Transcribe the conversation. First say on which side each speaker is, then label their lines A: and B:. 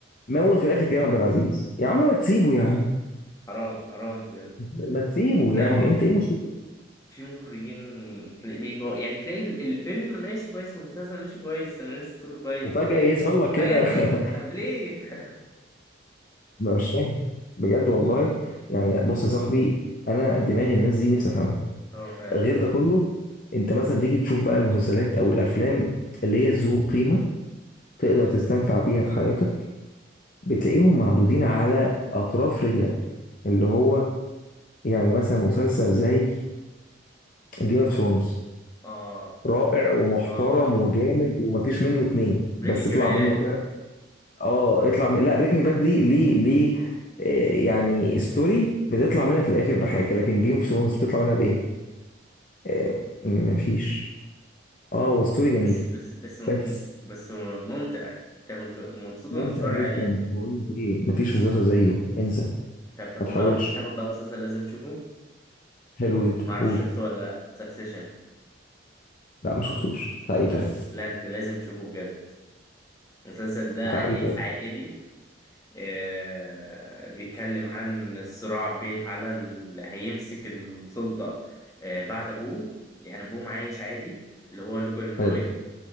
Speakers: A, on the left; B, on the left.
A: موت في الاخر كريم عبد العزيز يا عم ما تسيبه يا عم
B: حرام حرام بجد
A: ما تسيبه
B: لا
A: يعني
B: هو
A: انت ايه مشكلتك
B: في مخرجين تلاقي بيبقى يعني تلاقي ال- الفيلم ماشي كويس والمسلسل ماشي كويس السيناريست كله كويس
A: وفجأة يظهر لك كده
B: فجأة تلاقيه
A: <laughs>
B: طب ليه؟ <laughs>
A: ما مش فاهم بجد والله يعني بص يا صاحبي انا دماغ الناس دي نفسي افهمها
B: هو فعلا
A: غير ده كله انت مثلا تيجي تشوف بقى المسلسلات او الافلام اللي هي ذو قيمه تقدر تستنفع بيها في حياتك بتلاقيهم معدودين على اطراف رجلك اللي هو يعني مثلا مسلسل زي جيم اوف ثرونز
B: اه
A: رائع ومحترم
B: اه
A: وجامد ومفيش منه اتنين
B: بريكنج
A: بس اطلع
B: باد
A: منه بريكنج بقى باد اه اطلع من... لا بريكنج باد دي ليه ليه آه، يعني ستوري بتطلع منها في الاخر بحاجه لكن جيم اوف ثرونز بتطلع منها بايه آه، مفيش اه هو ستوري جميل
B: بس بس بس م-
A: بس
B: بس ممتع انت كنت مبسوط
A: ممتع
B: انك بتتفرج
A: جدا
B: عليه
A: بقول لك ايه مفيش مسلسل زيه انسى
B: طب تاخد
A: ما تحاولش
B: بقى تاخد بقى مسلسل لازم تشوفه
A: حلو جدا
B: معرفش
A: قول
B: شفته ولا لأ سكسيشن
A: لا ما شفتوش بتاع ايه طيب
B: لا لا انت لازم تشوفه بجد المسلسل ده
A: بتاع
B: عائ-
A: ايه طيب
B: عائلي آه، بيتكلم عن الصراع بين على اللي هيمسك السلطة آه، بعد أبوه يعني أبوه عايش عادي اللي هو لوجان روي
A: حلو